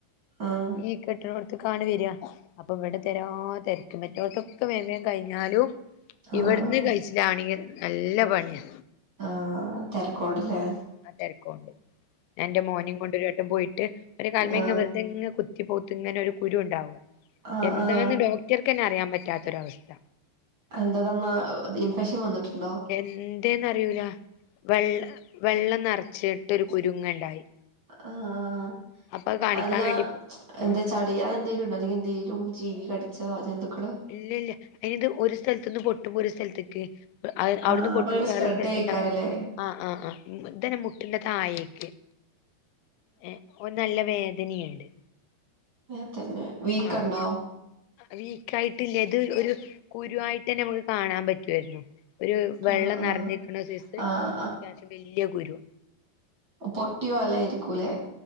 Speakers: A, on the right; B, on the left.
A: ആഹ്
B: ഈ കെട്ടിണോട്ത്ത് കാണ് വോര അപ്പൊ ഇവിടെ തിരാ തിരക്കും മറ്റോടത്തൊക്കെ വേഗം കഴിഞ്ഞാലും.
A: ആഹ്
B: ഇവിടുന്ന് കഴിച്ചിലാണെങ്കി നല്ല പണിയാ.
A: ആ തരക്കോട്ല്ലൊ.
B: ആ തിരക്കുണ്ട് എന്റെ മോനും കൊണ്ടരു വട്ടം പോയിട്ട്. ഒരു കൽമ
A: ആഹ്
B: ഇ വെറുതോ റ്റ പോത്തങ്ങനെ ഒരു കുരു ഉണ്ടാവുക
A: ആഹ്
B: എന്താന്ന്
A: ആഹ്
B: ഡോക്ടർക്ക് തന്നെ അറിയാൻ പറ്റാത്തൊരവസ്ഥ.
A: എന്താ തന്നാ മ ഇൻഫെക്ഷൻ വന്നിട്ടുണ്ടോ?
B: എന്തേന്ന് അറിയൂല വെള്ള വെള്ളം നറച്ചിട്ട് ഒരു കുരുങ്ങണ്ടായി.
A: ആഹ
B: അപ്പൊ അത് കാണിക്കാൻ
A: അല്ല
B: വേണ്ടി പോ ആ
A: എന്താ ചട് അളിയാൻ എന്തെങ്കും ഉണ്ടോ അല്ല എന്തെങ്കിലും ജീവി കടിച്ചോ ജന്തുക്കള്
B: ഇല്ല ഇല്ല അതായത് ഒരു സ്ഥലത്തൊന്ന് പൊട്ടുമ്പോ ഒരു സ്ഥലത്തേക്ക്
A: ആഹ്
B: അവിടുന്ന്
A: അപ്പൊ
B: പൊട്ടുമ്പോ
A: അങ്ങനെ സ്പ്രെഡ്
B: വേറെ സ്ഥലത്തി
A: ആയേക്കാരല്ലേ
B: ണ്ടാവും ആഹ് ആഹ് ആഹ് ഇതനമുട്ടിന്റെ താഴേക്ക് ഏഹ് ഒന് നല്ല വേദനയുണ്ട്
A: ത്തന്നെ വീക്കണ്ടോ
B: ആഹ് വീക്കായിട്ടില്ല ഇത് ഒരു കുരുവായിട്ട് തന്നെ നമുക്ക് കാണാൻ പറ്റുവാരുന്നു ഒരു വെള്ളം
A: ആഹ്
B: നിറഞ്ഞിരിക്കുന്ന
A: ആഹ്
B: സൈസ്
A: ആഹ്
B: അത്യാവശ്യം വലിയ കുരു
A: പൊട്ടിയോലാ ഇരിക്കും ലേ